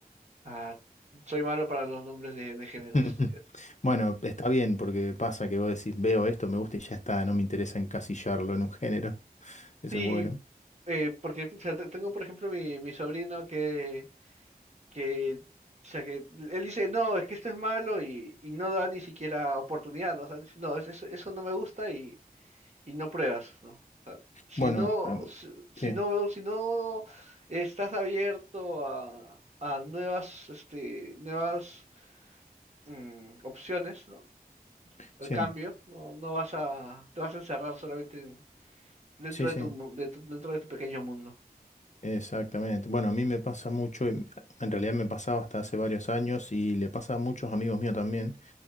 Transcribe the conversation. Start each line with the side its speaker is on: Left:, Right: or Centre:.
Right: Ah, soy malo para los nombres de, de géneros.
Left: <laughs> Bueno, está bien, porque pasa que vos decís, veo esto, me gusta y ya está, no me interesa encasillarlo en un género. Eso
Right: Sí,
Left: es bueno.
Right: Eh, porque pucha, te- tengo, por ejemplo, mi, mi sobrino que, que, o sea, que él dice, no, es que esto es malo y, y no da ni siquiera oportunidad, ¿no? O sea, dice, no, es- es- eso no me gusta y, y no pruebas, ¿no? Si
Left: Bueno,
Right: no,
Left: am-
Right: si, si
Left: sí,
Right: no, veo- si no estás abierto a, a nuevas, este, nuevas mm, opciones, ¿no? Al
Left: sí,
Right: cambio, no, no vas a, te vas a encerrar solamente en- dentro
Left: sí,
Right: de
Left: sí.
Right: tu, mu- de tu- dentro de tu pequeño mundo.
Left: Exactamente. Bueno, a mí me pasa mucho, en en realidad me pasaba hasta hace varios años y le pasa a muchos amigos míos también.